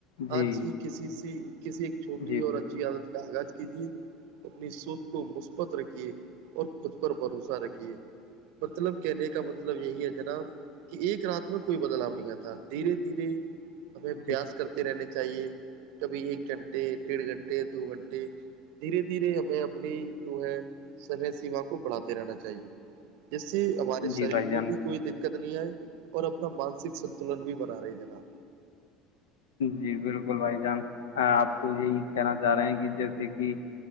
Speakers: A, on the left (about 75°); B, on the right (about 70°).
A: جی
B: آج ہی کسی س کسی ایک چھوٹی
A: جی
B: اور
A: بالکل
B: اچھی عادت کا آغاز کیجیے اپنی سوچ کو مشکل ت رکھیے اور خود پر بھروسہ رکھیے مطلب کہنے کا مطلب یہی ہے جناب کہ ایک رات میں کوئی بدلاؤ نہیں آتا دھیرے دھیرے ہمبیں پیاس
A: جی
B: کرتے رہنے چاہیے کبھی ایک گھنٹے ڈیڑھ گھنٹے دو گھنٹے دھیرے دھیرے ہمیں اپنی جو ہے سمے سیما کو بڑھاتے رہنا چاہیے جس سے ہمارے
A: جی
B: شریر
A: بھائی جان
B: کو بھی کوئی دقت د نہیں آئے اور اپنا مانسک سنتلن بھی بنا رہے جناب
A: جی بالکل بھائی جان آپ تو یہی کہنا چاہ رہے ہیں کہ جیسے کہ